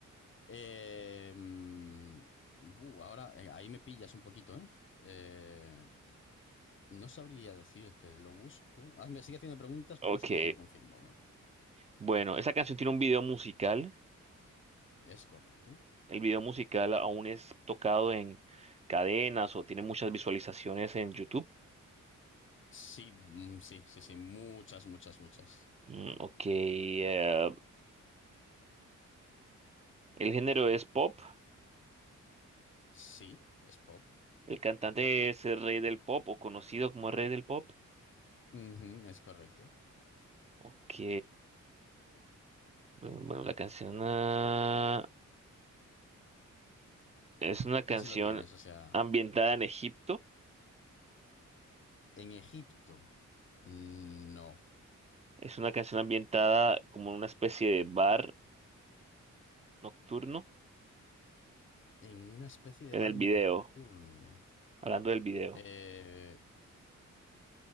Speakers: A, on the left (about 40°); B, on the right (about 20°).
A: Eh, mm, buh, ahora eh, ahí me pillas un poquito, ¿eh? Eh, no sabría decirte, lo busco. Hazme, sigue haciendo preguntas,
B: Ok,
A: lo busco y te lo confirmo.
B: bueno, esa canción tiene un video musical.
A: ¿Es correcto?
B: El video musical aún es tocado en cadenas o tiene muchas visualizaciones en YouTube.
A: Sí, mm, sí, sí, sí, muchas, muchas, muchas.
B: Mm, ok, eh, el género es pop.
A: Sí, es pop.
B: El cantante es el rey del pop o conocido como el rey del pop.
A: Ujú, es correcto.
B: Ok, bueno, bueno, la canción ah, es una canción
A: Casi lo tienes, o sea,
B: ambientada en Egipto.
A: en Egipto, mm, no.
B: Es una canción ambientada como en una especie de bar nocturno.
A: en una especie de
B: En
A: bar
B: el video,
A: nocturno.
B: hablando del video,
A: Eh,